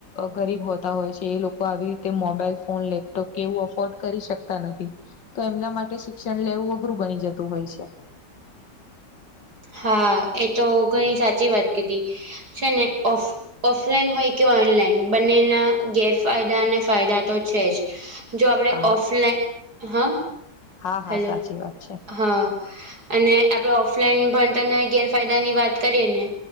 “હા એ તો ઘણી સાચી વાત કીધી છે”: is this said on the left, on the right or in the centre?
Right